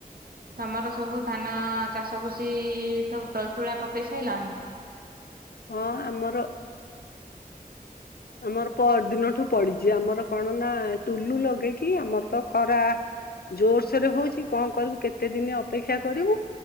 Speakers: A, on the right (about 70°); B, on the left (about 75°).
A: ତମର ସବୁ ଧାନ ଚାଷ ପୁସି ସବୁ ତଳି ତୁଳା ପକେଇ ସାରିଲାଣି?
B: ହଁ ଆମର
A: ର
B: ଆମର ପର ଦିନଠୁ ପଡିଛି ଆମର କଣ ନା ଟୁଲୁ ଲଗେଇକି ଆମର ତ ଖରା ଜୋରସୋରରେ ହଉଛି କଣ କରିବୁ କେତେ ଦିନ ଅପେକ୍ଷା କରିବୁ